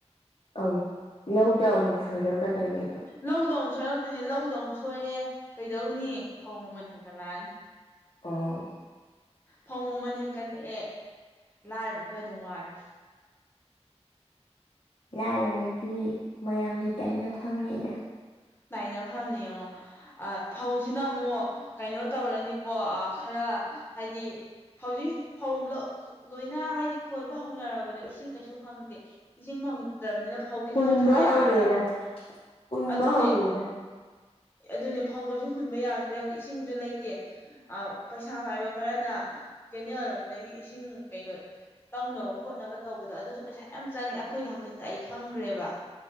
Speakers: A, on the left; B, on the left.
A: ꯑꯧ ꯂꯧꯗ ꯑꯃꯨꯛ ꯁꯣꯏꯔꯛꯀꯗꯣꯏꯅꯦꯗꯣ
B: ꯂꯧꯗꯃꯨꯛ ꯁꯣꯏꯔꯛꯇꯣꯏꯅꯦ ꯂꯧꯗ ꯑꯃꯨꯛ ꯁꯣꯏꯔꯦ ꯀꯩꯗꯧꯅꯤ ꯐꯧ ꯃꯃꯜ ꯍꯦꯟꯀꯠꯂꯛꯑꯅꯤ
A: ꯑꯣ
B: ꯐꯧ ꯃꯃꯜ ꯍꯦꯟꯀꯠꯂꯛꯑꯦ ꯂꯥꯏꯔꯕ ꯑꯩꯈꯣꯏ ꯑꯗꯨꯝ ꯋꯥꯔꯦ
A: ꯂꯥꯏꯔꯕꯗꯤ ꯃꯌꯥꯝꯒꯤ ꯇꯥꯏꯅꯐꯝ ꯅꯦꯗ
B: ꯇꯥꯏꯅꯐꯝꯅꯦ ꯌꯦꯡꯉꯣ ꯑꯥ ꯐꯧꯁꯤꯅ ꯑꯃꯨꯛ ꯀꯩꯅꯣ ꯇꯧꯔꯅꯤ ꯀꯣ ꯑꯥ ꯈꯔ ꯍꯥꯏꯗꯤ ꯍꯧꯖꯤꯛ ꯐꯧ ꯂꯣꯏꯅ ꯍꯥꯏꯗꯤ ꯈꯣꯏꯕ ꯍꯧꯅꯔꯕꯅꯦ ꯏꯁꯤꯡ ꯀꯩꯁꯨ ꯐꯪꯗꯦ ꯏꯁꯤꯡ ꯐꯪꯗ꯭ꯔꯕꯅꯤꯅ ꯐꯧꯗꯤ
A: ꯍꯨꯟꯕ
B: ꯀꯩꯁꯨ ꯊꯥ ꯌꯥꯔꯔꯣꯏ
A: ꯍꯧꯔꯦꯗ ꯍꯨꯟꯕ
B: ꯑꯗꯨꯅꯦ
A: ꯍꯧꯔꯦꯗ
B: ꯑꯗꯨꯅꯦ ꯐꯧ ꯀꯩꯁꯨ ꯍꯨꯟꯕ ꯌꯥꯈꯤ꯭ꯔꯦ ꯍꯧꯖꯤꯛ ꯏꯁꯤꯡꯁꯨ ꯂꯩꯇꯦ ꯑ ꯄꯩꯁꯥ ꯄꯥꯏꯕ ꯈꯔꯅ ꯀꯦꯅꯦꯜꯔꯣꯝꯗꯒꯤ ꯏꯁꯤꯡ ꯀꯩꯅꯣ ꯇꯧꯅꯕ ꯈꯣꯠꯅꯕ ꯇꯧꯕꯗꯣ ꯑꯗꯨꯁꯨ ꯄꯩꯁꯥ ꯌꯥꯝ ꯆꯪꯉꯦ ꯑꯩꯈꯣꯏꯒꯤ ꯍꯥꯛꯇꯛꯇ ꯑꯩ ꯈꯪꯈ꯭ꯔꯦꯕ